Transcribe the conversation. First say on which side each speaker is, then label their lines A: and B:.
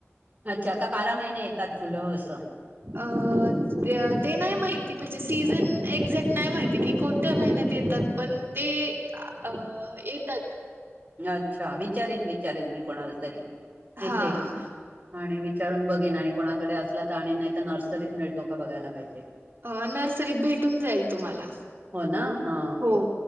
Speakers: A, on the right (about 35°); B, on the right (about 50°).
A: अच्छा का बारा महिने येतात फुलं असं
B: अह ते नाही माहिती म्हणजे सीझन एक्झॅक्ट नाही माहि ती की कोणत्या महिन्यात येतात पण ते अह येतात
A: अच्छा विचारेन विचारेन मी कोणाला तरी
B: हा
A: इथे. आणि विचारून बघीन आणि कोणाकडे असलं तर आणि नाही तर नर्सरीत मिळतो का बघायला पाहिजे
B: अह नर्सरीत भेटून जाईल तुम्हाला
A: हो ना हा
B: हो.